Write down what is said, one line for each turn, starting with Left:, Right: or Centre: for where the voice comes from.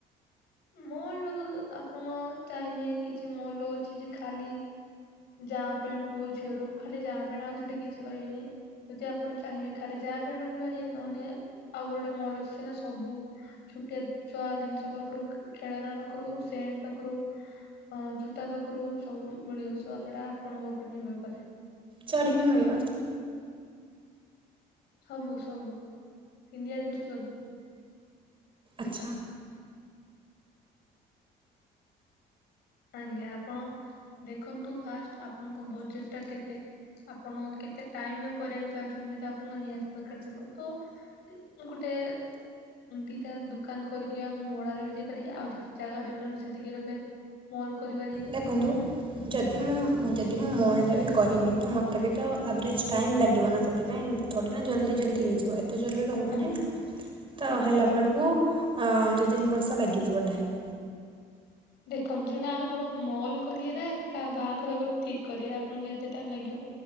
Left: ମଲର ତ ଆପଣ ଚାହିଁଲେ କିଛି ମଲ୍ ଅଛି ଯେ ଖାଲି ଯାଁ ପେଣ୍ଟ ପୁଅ ଝିଅର ଖାଲି ଯାଆ ପେଣ୍ଟ ଆଉ ସେଠି କିଛି ପାଇବେନି। ଯଦି ଆପଣ ଚାହିଁବେ ଖାଲି ଯାହା ପେଣ୍ଟ ରଖିପାରିବେ ନହେଲେ ଆଉ ଗୋଟେ ଗୋଟେ ମଲ ଅଛି ସିନା ସବୁ ଛୁଟିଆ ଛୁଆ ଜିନିଷ ପାଖରୁ ଖେଳନା ପାଖରୁ ସେଣ୍ଟ ପାଖରୁ ଅ ଜୋତା ପାଖରୁ ସବୁ ମିଳିିବ ସ - ସେଟା ଆପଣଙ୍କ ଉପରେ ନିର୍ଭର କରେ।
Right: ଚଡ଼ିବି ବି ମିଳିବ ତ?
Left: ସବୁ ସବୁ ପିନ୍ଧିବା ଜିନିଷ ସବୁ।
Right: ଆଚ୍ଛା।
Left: ଆଜ୍ଞା ଆପଣ ଦେଖନ୍ତୁ ଫାଷ୍ଟ ଆପଣଙ୍କ ବଜେଟ ଟା କେତେ? ଆପଣ କେତେ ଟାଇମରେ କରିବାକୁ ଚାହୁଁଛନ୍ତି ଆପଣଙ୍କ ନିହାତି ଦରକାର ଥିବ ତ ଗୋଟେ ଦିଟା ଦୋକାନ କରିକି ଆପଣ ଭଡାରେ ବି ଦେଇପାରିବେ ଆଉ ଯେତିକ ଜାଗାରେ ବିନ ନହେଲେ ସେତିକି ରେ ଫେର୍ ମୋର କରିବାରେ ଇଏ।
Right: ଦେଖନ୍ତୁ ଯଦି ମୁଁ-ଉ-ଉ ମୁଁ ଯଦି ମୁଁ ମଲ୍ ଟା ବି କରିନି ତ ମୋତେ ବି ତ ଆଭରେଜ୍ ଟାଇମ୍ ଲାଗିବ ନା ସେଥିପାଇଁ। ଥୋଡ଼ିନା ଜଲ୍ଦି ଜଲ୍ଦି ହେଇଯିବ ଏତେ ଜଲ୍ଦି ତ ହବନି
Left: ଆଜ୍ଞା
Right: ନା ତ
Left: ଆଜ୍ଞା।
Right: ହେଲା ବେଳକୁ ହଁ ଦି ତିନି ବର୍ଷ ଲାଗିଯିବ ଟାଇମ୍।
Left: ଦେଖନ୍ତୁ ସେଟା ଆପଣ ମଲ୍ କରୀବେ ନା କା ବାହାଘର ଗୋ ଠିକ କରିବେ ଆପଣଙ୍କୁ ଏତେ ଟାଇମ ଲାଗିବ।